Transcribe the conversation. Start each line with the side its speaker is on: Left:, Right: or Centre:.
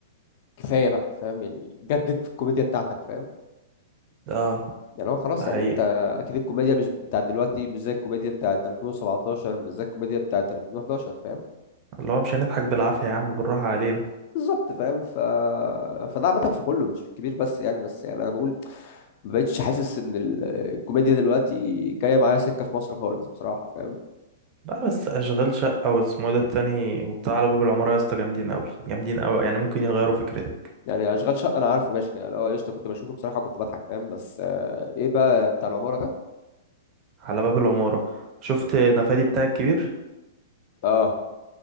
Left: كفايه بقى فاهم يعني جدد في الكوميديا بتاعتك فاهم
Right: اه
Left: يعني هو خلاص
Right: ده حقيقي
Left: يعني انت اكيد الكوميديا مش بتاعت دلوقتي مش زي الكوميديا بتاعت 2017 مش زي الكوميديا بتاعت 2011 فاهم
Right: اللي هو مش هنضحك بالعافيه يا عم بالراحه علينا
Left: بالظبط فاهم ف... فده عامة في كله مش في الكبير بس يعني بس يعني انا بقول ما بقتش حاسس ان ال- الكوميديا دلوقتي جايه معايا سكه في مصر خالص بصراحه فاهم
Right: لا بس اشغال شقه واسمه إيه ده التاني وبتاع على باب العماره يا اسطى جامدين قوي جامدين قوي يعني ممكن يغيروا فكرتك
Left: يعني اشغال شقه انا عارفه ماشي يعني لو قشطه كنت بشوفه بصراحه كنت بضحك فاهم بس آه، ايه بقى بتاع العماره ده
Right: على باب العماره شفت
Left: ده-
Right: نفادي بتاع الكبير
Left: اه